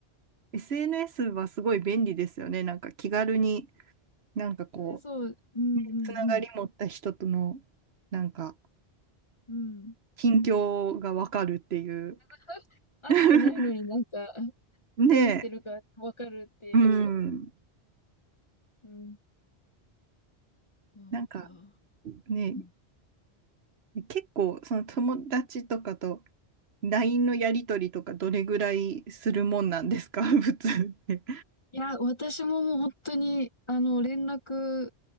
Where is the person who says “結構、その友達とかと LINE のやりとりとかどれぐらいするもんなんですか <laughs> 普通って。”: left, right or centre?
Right